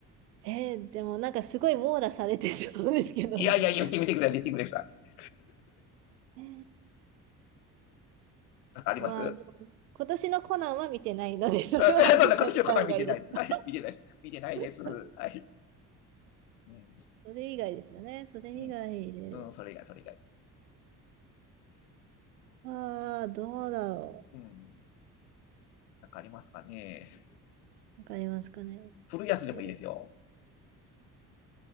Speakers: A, on the right (about 75°); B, on the left (about 70°).
A: えー、でもなんかすごい網羅されてそうですけどね。
B: いやいや、言ってみてください。言ってみてください。
A: え
B: なんかあります
A: えまあでも、今年のコナンは見てないので、それは絶対見た方がいいです。
B: あ、なんだ、形の方見てないです。はい。見てないです。見てないです。
A: <laughs>
B: はい。うん。
A: それ以外ですよね。それ以外で。
B: うん。うん、それ以外、それ以外。
A: ああ、どうだろ
B: うん。なんかありますかね。
A: う。わかりますかね。
B: 古いやつでもいいですよ。
A: え